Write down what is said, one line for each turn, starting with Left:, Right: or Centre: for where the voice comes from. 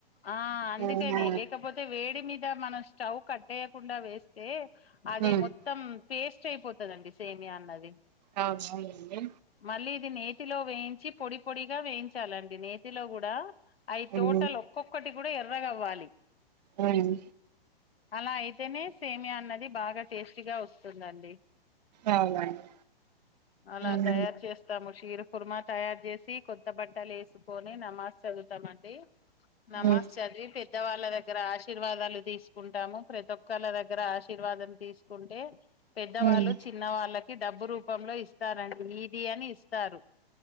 Left: ఆ అందుకెని
Right: ఆహా
Left: లేకపోతే వేడి మీ డ మనం స్టవ్ కట్టేయకుండా వేస్తే అది
Right: ఉమ్
Left: మొత్తం పేస్ట్ అయిపోతదండి సేమియా అన్నది
Right: అవునా అవునండి
Left: మళ్ళీ ఇది నేతిలో వేయించి పొడి పొడిగా వేయించాలండి నేతిలో కూడా అయి
Right: ఉమ్
Left: టోటల్ ఒక్కొక్కటి కూడా ఎర ర్రగ అవ్వాలి
Right: ఉమ్
Left: అలా అయితేనే సేమ్యా అన్నది బాగా టేస్టీగా వస్తుందండి
Right: అవునండి
Left: అలా
Right: ఉమ్
Left: తయారు చేస్తాము షీరు కుర్మా తయారు చేసి కొత్త బట్టలు వేసుకొని నమాజ్ చదువుతామండి నమస్
Right: ఉమ్
Left: చదివి పె పెద్ద వాళ్ళ దగ్గర ఆశీర్వాదాలు తీసుకుంటాము ప్రతి ఒక్కళ్ళ దగ్గర ఆశీర్వాదం తీసుకుంటే పెద్దవాళ్ళు
Right: ఉమ్
Left: చిన్న వాళ్ళకి డబ్బు రూ పంలో ఇస్ స్తారండి ఈది అని ఇస్తారు